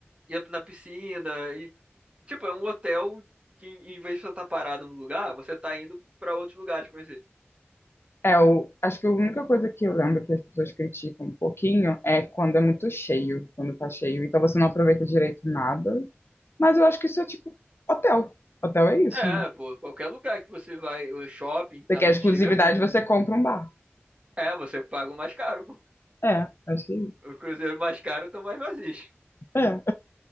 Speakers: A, on the right; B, on the left.
A: ia na piscina, e Tipo, é um hotel que em em vez de você estar parado no lugar, você tá indo pra outros lugares conhecer.
B: É, eu acho que a única coisa que eu lembro que as pessoas criticam um pouquinho é quando é muito cheio, quando tá cheio, então você não aproveita direito nada. Mas eu acho que isso é tipo hotel. Hotel é isso,
A: É,
B: né?
A: pô, qualquer lugar que você vai, o shopping
B: Você
A: tá
B: quer
A: muito
B: exclusividade,
A: cheio é ruim,
B: você
A: né?
B: compra um bar.
A: É, você paga o mais caro, pô. <laughs>
B: É, acho que.
A: Os cruzeiros mais caros estão mais vazios.
B: É.